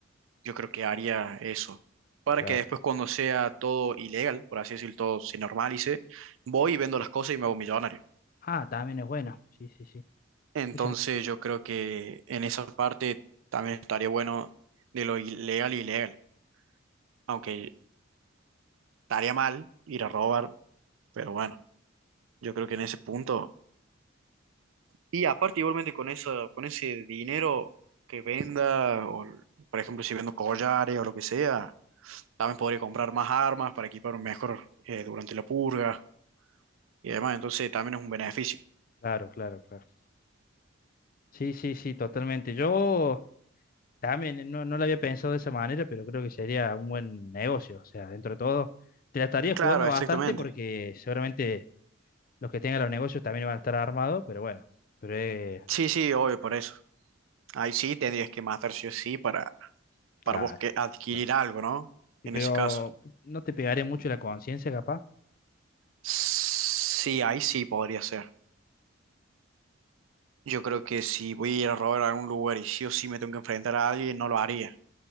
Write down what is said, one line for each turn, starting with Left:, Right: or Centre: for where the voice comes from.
Right: Yo creo que haría eso. Para
Left: claro.
Right: que después cuando sea todo ilegal, por así decirlo, todo se normalice, voy y vendo las cosas y me hago millonario.
Left: Ah, también es bueno. Sí, sí, sí.
Right: Entonces
Left: Muchas
Right: yo creo que en esa parte también estaría bueno de lo ilegal y ilegal. Aunque estaría mal ir a robar, pero bueno, yo creo que en ese punto Y aparte, igualmente con eso, con ese dinero que venda, o por ejemplo, si vendo collares o lo que sea, también podría comprar más armas para equiparme mejor eh, durante la purga y demás. Entonces, también es un beneficio.
Left: Claro, claro, claro. Sí, sí, sí, totalmente. Yo también eh, no, no lo había pensado de esa manera, pero creo que sería un buen negocio. O sea, dentro de todo, te la estaría
Right: Claro,
Left: jugando bastante
Right: exactamente.
Left: porque seguramente los que tengan los negocios también van a estar armados, pero bueno, pero eh,
Right: Sí, sí, obvio, por eso. Ahí sí tendrías que matar sí o sí para,
Left: claro,
Right: para vos que adquirir
Left: claro.
Right: algo, ¿no?
Left: Y
Right: En
Left: pero
Right: ese caso.
Left: no te pegaré mucho la conciencia, capaz.
Right: Sí, ahí sí podría ser. Yo creo que si voy a ir a robar a algún lugar y sí o sí me tengo que enfrentar a alguien, no lo haría.